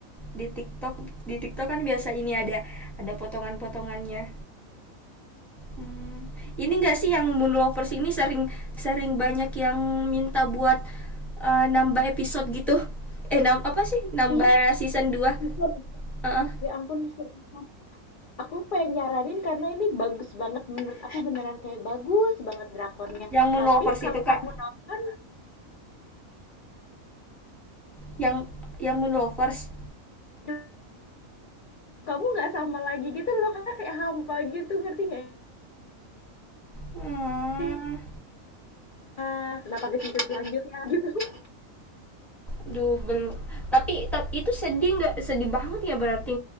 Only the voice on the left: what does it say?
Iya,
season.
Ya ampun, seriusan. Aku pengen nyaranin karena ini bagus banget menurut aku beneran kayak bagus banget drakornya.
Tapi kalau
kamu nonton,
dr- kamu nggak sama lagi gitu loh karena kayak hampa gitu, ngerti nggak?
sih? Ah, kenapa ada season selanjutnya gitu? <laughs>